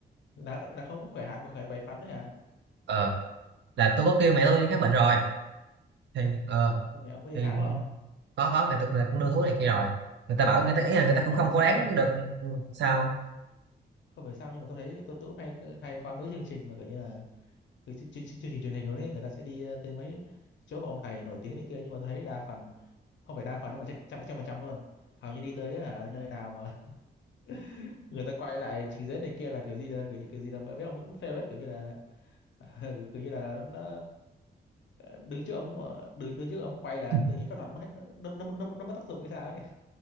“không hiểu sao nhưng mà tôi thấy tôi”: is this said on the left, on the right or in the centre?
Left